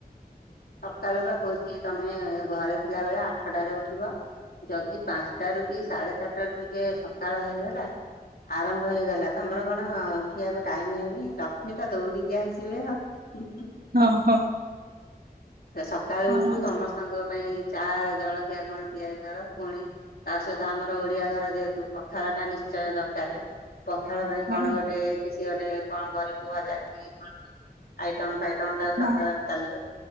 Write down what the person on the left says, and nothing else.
ସକାଳୁ ପା କୋହୁଚି ତମେ ଘରେ ଥିଲା ବଳେ ଆଠଟାରେ ଉଠିବ ଯଦି ପାଞ୍ଚଟାରେ ରୁକି ସାଢେ ଚାରିଟାରୁ ଟିକେ ସକାଳ ହେଇଗଲା ଆରମ୍ଭ ହେଇଗଲା ତମର କଣ ଆ ଉଠିବାକୁ ଟାଇମି ହେଇନି ଲକ୍ଷ୍ମୀ ତ ଦୌଡିକି ଆସିବେ ଆଉ
ଫେର ସକାଳୁ
ଉଠୁଣୁ ସମସ୍ତଙ୍କ ପାଇଁ ଚା ଜଳଖିଆ କଣ ତିଆରି କର ପୁଣି ତାସହିତ ଆମର ଓଡିଆ ଘର ଯେହେତୁ ପଖାଳଟା ନିଶ୍ ଚଁୟ ଦରକାରେ। ପଖାଳ ପାଇଁ
କଣ ଗୋଟେ କିଛି ଗୋଟେ କଣ କରିବୁ ଭଜା କି କଣ ଆଇ ଟମ ଫାଇଟମ ତାକୁ ସକାଳେ
ଚାଲିବ।